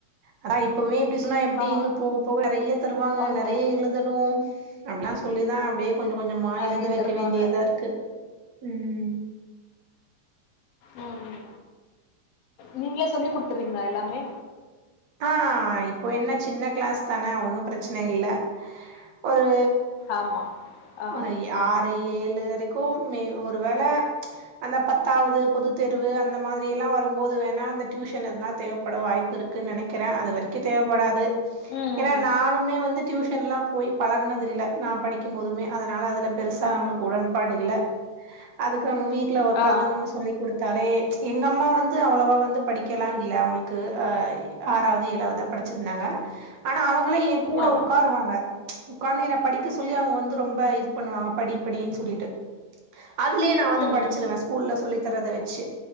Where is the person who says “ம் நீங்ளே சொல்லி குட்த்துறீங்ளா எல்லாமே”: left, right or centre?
Left